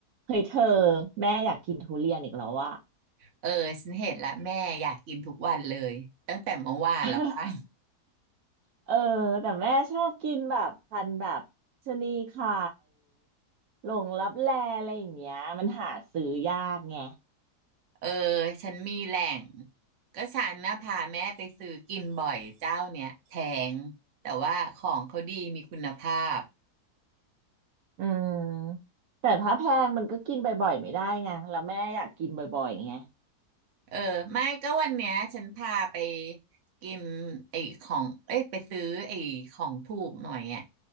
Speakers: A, on the right (about 70°); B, on the right (about 55°).
A: เฮ้ยเธอแม่อยากกินทุเรียนอีกแล้วว่ะ
B: เออฉันเห็นแล้วแม่อยากกินทุกวันเลยตั้งแต่เมื่อวานแล้วป่ะ
A: <laughs> เออแต่แม่ชอบกินแบบพันธุ์แบบชะนีไข่หลงลับแลอะไรอย่างเงี้ยมันหาซื้อยากไง
B: เออฉันมีแหล่งก็ฉันนะพาแม่ไปซื้อกินบ่อยเจ้าเนี้ยแพงแต่ว่าของเขาดีมีคุณภาพ
A: อืมแต่ถ้าแพงมันก็กินบ่อยๆไม่ได้ไงแล้วแม่อยากกินบ่อยๆไง
B: เออไม่ก็วันเนี้ยฉันพาไปกินไอ้ของเอ้ยไปซื้อไอ้ของถูกหน่อยอ่ะ